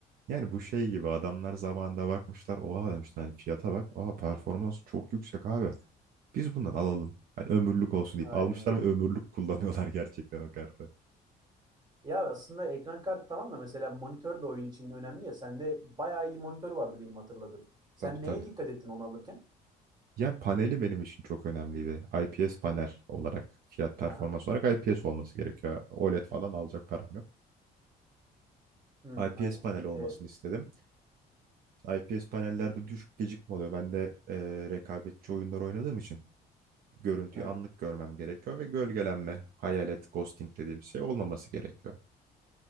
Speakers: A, on the right; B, on the right.
A: Yani bu şey gibi adamlar zamanında bakmışlar. Oha demişler hani fiyata bak. Oha performans çok yüksek abi. Biz bundan alalım. Hani ömürlük olsun deyip
B: Aynen
A: almışlar
B: öyle.
A: ve ömürlük <laughs> kullanıyorlar gerçekten o kartı.
B: Ya aslında ekran kartı tamam da mesela monitör de oyun için önemli ya. Sende bayağı iyi monitör vardı benim hatırladığım. Sen
A: Tabii tabii.
B: neye dikkat ettin onu alırken?
A: Yani paneli benim için çok önemliydi. IPS panel olarak fiyat performans
B: Aha.
A: olarak IPS olması gerekiyor. OLED falan alacak param yok.
B: Hmm,
A: IPS
B: aynen.
A: panel olmasını
B: E,
A: istedim. IPS panellerde düşük gecikme oluyor. Ben de eee rekabetçi oyunlar oynadığım için. görüntüyü
B: aynen.
A: anlık görmem gerekiyor ve gölgelenme, hayalet, ghosting dediğim şey olmaması gerekiyor.